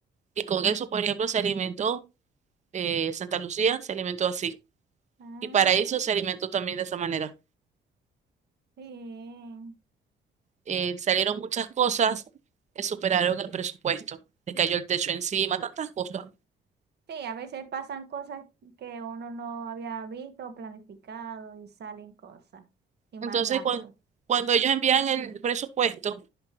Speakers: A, on the right; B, on the right.
A: Y con eso, por ejemplo, se alimentó eh, Santa Lucía, se alimentó así.
B: Ah,
A: Y Paraíso se alimentó también de esa manera.
B: bien.
A: Eh, salieron muchas cosas que superaron el presupuesto. Le cayó el techo encima, tantas cosas.
B: Sí, a veces pasan cosas que uno no había visto o planificado y salen cosas. Y más
A: Entonces,
B: gastos.
A: cuan- cuando ellos envían el presupuesto,